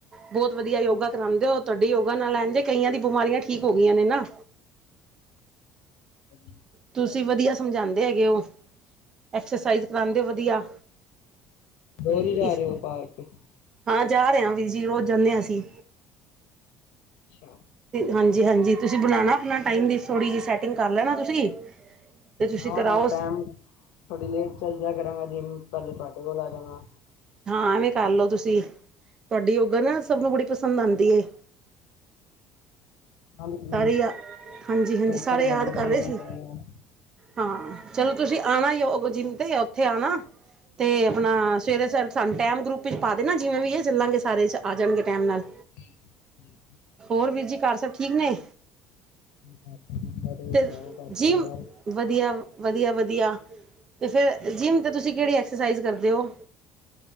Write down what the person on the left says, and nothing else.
ਹਾਂਜੀ
ਰੋਜ਼
ਹੀ ਜਾ
ਰਹੇ ਹੋ ਪਾਰਕ
ਅੱਛਾ
ਹਾਂ,
ਹਾਂ ਟਾਇਮ ਥੋੜੀ ਲੇਟ ਚੱਲ ਜਇਆ ਕਰਾਂਗਾ ਜਿਮ ਪਹਿਲੇ ਤੁਹਾਡੇ ਕੋਲ ਆ ਜਾਣਾ।
ਹਾਂਜੀ।
ਉੱਪਰ
ਕਰਨੀਂ
ਚਾਹੀਦੀ
ਹੈ ਇਦਾਂ ਉਹ।
<unintelligible>
ਤੁਸੀਂ
ਸੁਣਾਓ ਘਰ
ਪਰਿਵਾਰ